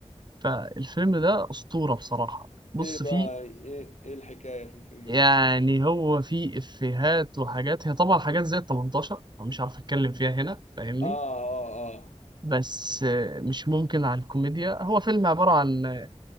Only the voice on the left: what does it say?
ايه بقى
ايه ايه الحكاية في الفيلم
ده
اه اه اه